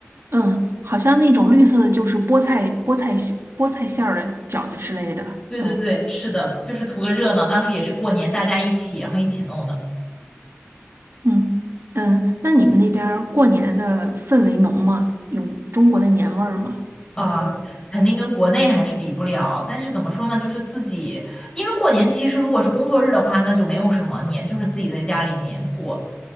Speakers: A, on the right (about 65°); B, on the left (about 20°).
A: 嗯，好像那种绿色的就是菠菜菠菜馅菠菜馅儿的饺子之类的。
B: 对对对，
A: 嗯
B: 是的，就是图个热闹。当时也是过年，大家一起，然后一起弄的
A: 嗯嗯，那你们那边儿过年的氛围浓吗？有中国的年味儿吗？
B: 啊，肯定跟国内还是比不了。但是怎么说呢，就是自己，因为过年其实如果是工作日的话，那就没有什么年，就是自己在家里面过。